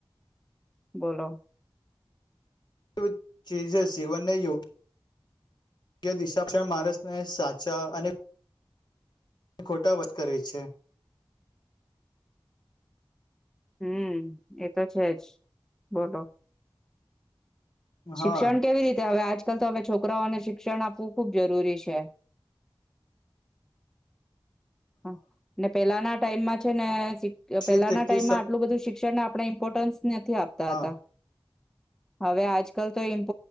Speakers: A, in the centre; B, on the left (about 50°).
A: બોલો.
B: તુ ચીજે સીવનને યોગ કે દિશા, માર્ગદર્શન માણસને સાચા અને ખોટા વત કરે છે.
A: હમ્મ, એ તો છે જ બોલો.
B: હા
A: શિક્ષણ કેવી રીતે હવે આજકાલ તો હવે છોકરાઓને શિક્ષણ આપવું ખૂબ જરૂરી છે. હા ને પેલાના ટાઈમમાં છે ને
B: શિક્ષિત
A: પેહલાના
B: વ્યક્તિ
A: ટાઈમમાં આટલું બધું શી ક્ષણને આપણે ઈમ્પોર્ટન્સ નથી આપતાં
B: હા
A: હતાં. હવે આજકાલ તો ઇમ્પ